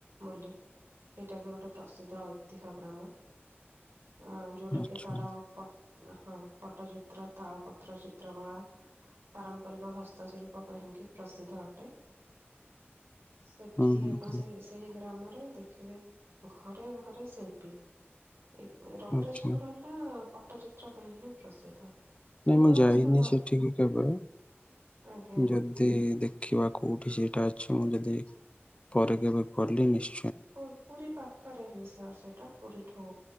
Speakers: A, on the right; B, on the left.
A: ବୋଲି। ସେଇଟା ବି ଗୋଟେ ପ୍ରସିଦ୍ଧ ଐତିହ୍ୟ ଗ୍ରାମ। ଅ ଯୋଉଟା
B: ଆଚ୍ଛା
A: କି ତାର ପ ହଁ ପଟ୍ଟଚିତ୍ର, ତାଳପତ୍ର ଚିତ୍ରକଳା। ପାରମ୍ପରିକ ହସ୍ତଶିଳ୍ପ ପାଇଁକି ପ୍ରସିଦ୍ଧ ଅଟେ। ସେଠି
B: ହୁଁ ହୁଁ
A: ଆପଣ
B: ହୁଁ
A: ସେ-ସେହି ଗ୍ରାମରେ ରେ ଦେଖିବେ ଘରେ ଘରେ ଶିଳ୍ପୀ। ଏ ରଘୁ
B: ଆଚ୍ଛା
A: ରାଜପୁର ହେଲା ପଟ୍ଟଚିତ୍ର ପାଇଁ ହିଁ ପ୍ରସିଦ୍ଧ। ସମସ୍ତେ
B: ନାଇଁ ମୁଁ ଯାଇନି
A: ଘ
B: ସେଠିକ କେବେ,
A: ଆଜ୍ଞା
B: ଯଦି ଦେଖ ଦେଖିବା କୋଉଠି ସେଇଟା ଅଛି, ମୁଁ ଯଦି ପରେ କେବେ ଗଲି ନିଶ୍ଚ
A: ପୁ-ପୁରୀ ପାଖରେ ହିଁ ସାର୍ ସେଟ ଟା ପୁରୀଠୁ